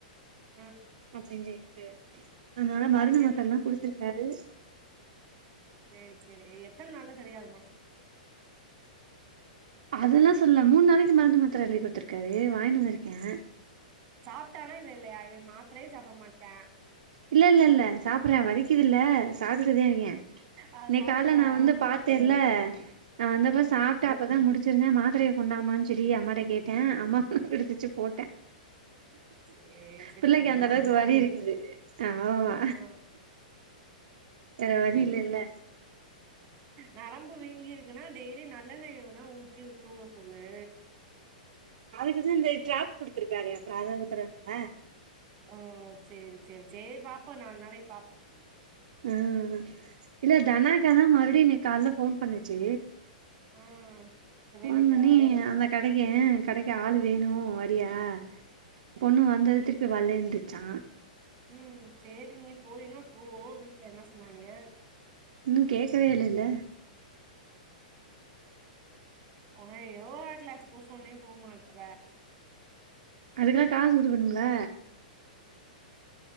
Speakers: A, on the right; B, on the right.
A: ம்
B: அப்டின்னு சொிட்டு அதனால மருந்து
A: அதுக்கு
B: மாத்திர
A: என்ன
B: எல்லா குடுத்திருக்காரு
A: செரி செரி எத்தன் நாள்ல செரியகுமா
B: அதெல்லா சொல்ல மூணு நாளைக்கு மருந்து மாத்திர எழுதி கொடுத்துருக்காரு வாங்கினு வந்திருக்கேன்
A: சாப்பிட்டானா இது இல்லைய இன் மாத்திரே சாப்பிட மாட்டா
B: இல்ல இல்ல இல்ல சப்புறா வலிக்குதுயில்ல சாப்பிடுதா இருக்கியா
A: அது
B: இன்னைக்காலைல
A: சாப்ட்டதே
B: நான்
A: ஆகல
B: வந்து பாத்தேன்ல நான் வந்தப்ப
A: ஆ
B: சாப் ட்டு அப்பதான் முடிச்சிருந்தேன் மாத்திரையை கொண்டாமான்னு சொல்லி அம்மாட கேட்டன் அம்மா குடுத்துச்சு
A: ஆ
B: போட்டா
A: சேரி சேரி
B: பிள்ளைக்கு
A: போட்டுதான்
B: அந்த அளவுக்கு
A: ஆகணு
B: வலி இருக்குது ஆ மா
A: ஆ
B: வேற வலி இல்லல
A: நரம்பு வீங்கிருக்குன்னா டெய்லி நல்லெய்ய வேனா ஊத்தி தூங்க சொல்லு
B: அதுக்குதான் இந்த டிரராப் குடுத்துருக்காரு அப்புறம் அதான் உத்தரல
A: ம் செரி செரி செர் பா்ப்போம் நாலு நாளைக்கு பா்போம்
B: ஆ இல்ல தனாக்காதான் மறுபடியும் இன்னைகால போன் பண்ணுச்சு
A: ஆ இந்த
B: போன்
A: வேலைக்கா
B: பன்னி அத கடைக்கு கடைக்கு ஆளு வேணும் வரியா பொண்ணு வந்தது திருப்பி வல்லன்ருச்சான்
A: உம் செரி நீ போயனா போ வீட்டுல என்ன சொன்னாங்க
B: இன்னும் கேட்கவே இல்லல
A: உன்ன யோகா கிளாஸ் போ சொன்னா போ மாட்ற
B: அதுக்கெல்லாம் காசு கொடுக்கணுல